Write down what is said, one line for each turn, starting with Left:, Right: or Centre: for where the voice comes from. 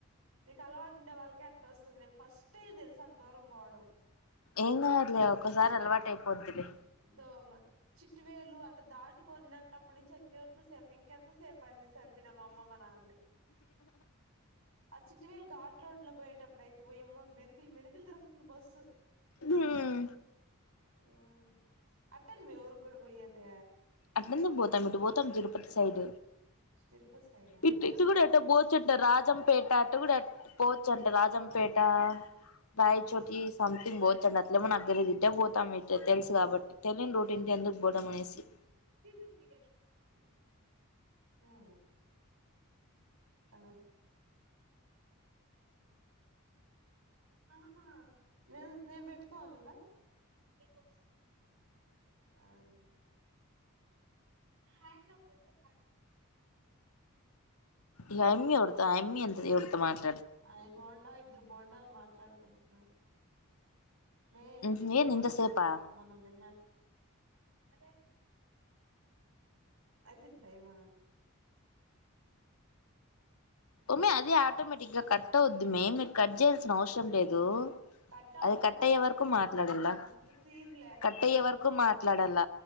Right: మీకు అలవాటు ఉండే వాళ్ళకే అట్ట వస్తుంది నేను ఫస్ట్ టైం తెలుసా అంత దూరం పోవడం
Left: ఏం కాదులే ఒక్కసారి అలవాటు అయిపోద్దిలే
Right: దోమ చిట్టు వేలు అట్ట దాటుకున్నటప్పటి నుంచి ఇంకే ఎంత సేపు ఇంకెంత సేపు అన్ని చంపిన మా అమ్మ మా నాన్న ని ఆ చిట్టు వేళ ఘాట్ రోడ్ లో పోయేటప్పుడైయితే ఓయమ్మో మెలికలు మెలికలు తతరుగుతుంది బస్సు
Left: హ్మ్
Right: ఉ అట్టన్ మీ ఊరుకి కూడా పోయ్యేది
Left: అట్లెందుకు పోతాం ఇటు పోతాం తిరుపతి సైడ్
Right: తిరుపతి సైడా
Left: ఇట్
Right: తిరుపతి
Left: ఇటు కూడా ఎట్ట
Right: నుంచి
Left: పోచ్చంట రాజంపేట అంట కూడా పోవచ్చు అంట రాజంపేట రాయచోటి
Right: ఆ
Left: సంథింగ్ పోచ్ అట్లేమో నాకు తెలీదు ఇటె పోతాం మీ తెలుసు కాబట్టి తెలియని రోటు ఇటు ఎందుకు పోవడం అనేసి
Right: స్వీట్ మీకెట్లా అనిపిస్తుంది ఏమో ఆ ఆ నేన్ నేను పెట్టుకోవన్లే నీ కోస్తీయ్మా ఆ హాయ్ చెప్పందే
Left: ఈ అన్ని ఎవరితో అమ్మీ అంత ఎవరితో మాట్లాడి
Right: ఆయ బోండా ఇద్దరు బోండాలు మాట్లాడుకుంటున్నారు మ
Left: ఏంది ఇంతసేపా
Right: మనం నిన్న బయ అయిపోయింది టైమా
Left: వొమే అదే ఆటోమేటిక్ గా కట్ అవుద్ది మే మీరు కట్ చేయాల్సిన అవసరం లేదు
Right: కట్ అవ్వట్లే
Left: అది కట్టయ్యే వరకు మాట్లాడలా
Right: అంత సీన్లే
Left: కట్టయ్యే వరకు మాట్లాడాల